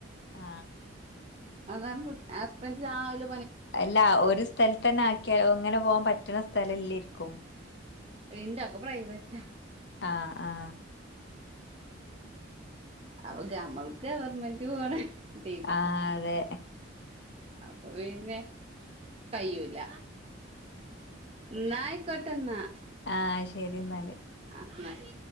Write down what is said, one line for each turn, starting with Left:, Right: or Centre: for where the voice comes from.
Left: ആ
Right: അതാണ് കു ഹസ്ബന്റ് രാവില
Left: അല്ല ഒരു സ്ഥലത്തന്നെ ആക്കിയാ അങ്ങനെ പോകൻ പറ്റണ സ്ഥലല്ല്യാ രിക്കും
Right: ന്റക്കെ പ്രൈവറ്റാ
Left: ആ ആ
Right: അവക്ക് അമ്മൾക്ക് ഗവർമെന്റ് പോണ ടീം
Left: ആ
Right: ഇതാ
Left: അതെ
Right: അപ്പൊ പിന്നെ കയ്യൂല ന്നായിക്കോട്ടെന്നാ
Left: ആ ശരി എന്നാല്
Right: അ ന്നാ ശെ